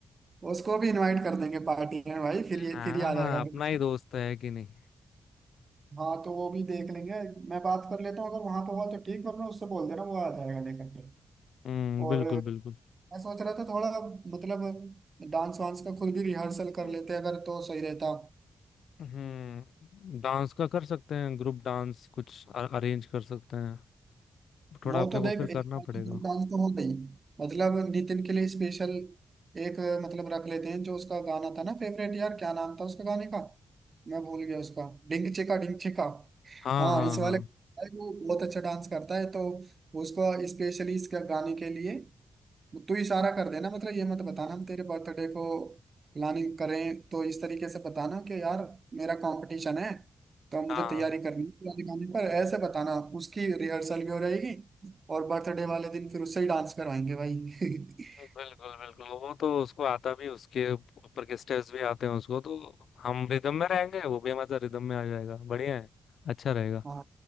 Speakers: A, on the right; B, on the left.
A: उसको भी इनवाइट कर देंगे पार्टी में भाई फिर ये
B: हाँ
A: फिर ये आ जाएगा
B: अपना
A: फिर
B: ही दोस्त है कि नहीं
A: हाँ तो वो भी देख लेंगे मैं बात कर लेता हूँ अगर वहां पर हुआ तो ठीक वरना उससे बोल देना वो आ जाएगा लेकर के
B: हम्म
A: और
B: बिल्कुल
A: मैं
B: बिल्कुल
A: सोच रहा था थोड़ा मतलब डांस वांस का खुद भी रिहर्सल
B: हम्म
A: कर लेते अगर तो सही रहता
B: हम्म डांस का कर सकते हैं ग्रुप डांस कुछ अरेंज कर सकते हैं थोड़ा
A: वो
B: अपने
A: तो
B: को
A: देख
B: फिर
A: एक
B: करना
A: बार तो
B: पड़ेगा
A: ग्रुप डांस तो हो गई मतलब नितिन के लिए स्पेशल एक मतलब रख लेते हैं जो उसका गाना था ना फेवरेट यार क्या नाम था उसका गाने का मैं भूल गया उसका डिंग चिका डिंग चिका
B: हाँ
A: हाँ
B: हाँ
A: इस
B: हाँ
A: वाले भाई वो बहुत अच्छा डांस करता है तो उसको स्पेशली इस गाने के लिए तू इशारा कर देना मतलब ये मत बताना हम तेरे बर्थडे को प्लानिंग करें तो इस तरीके से बताना कि यार मेरा कंपटीशन है तो मुझे
B: हाँ
A: तैयारी करनी है गाने गाने पर ऐसे बताना उसकी रिहर्सल भी हो जाएगी और बर्थडे वाले दिन फिर उससे ही डांस करवाएंगे भाई
B: बिल्कुल बिल्कुल वो तो उसको आता भी उसके ऊपर के स्टेप्स भी आते हैं उसको तो हम रिदम में रहेंगे वो भी हमारे रिदम में आ जाएगा बढ़िया है अच्छा रहेगा
A: <laughs> हाँ